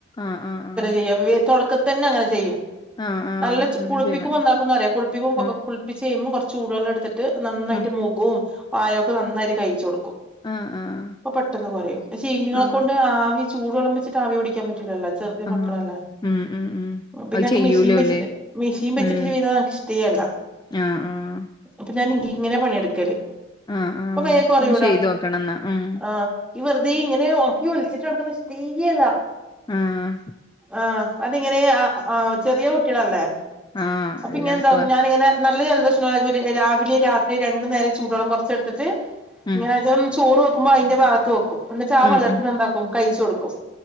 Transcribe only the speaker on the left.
ആഹ് ആ ആ
ആഹ് ആഹ്
അങ്ങനെ
ചെയ്താ മതി
ആഹ്
ആഹ്
ആഹ് ആഹ്
ആഹ്
ആഹ്
ഉം ഉം ഉം
അത്
ചെയ്യൂലോല്ലേ
ഉം
ആഹ് ആഹ്
ആഹ് ആഹ്
ഒന്ന് ചെയ്ത് നോക്കണം എന്നാ ഉം
ആഹ
ആഹ്
എല്ലായിടത്തും
ആ
ഉം
ഉം
ഉം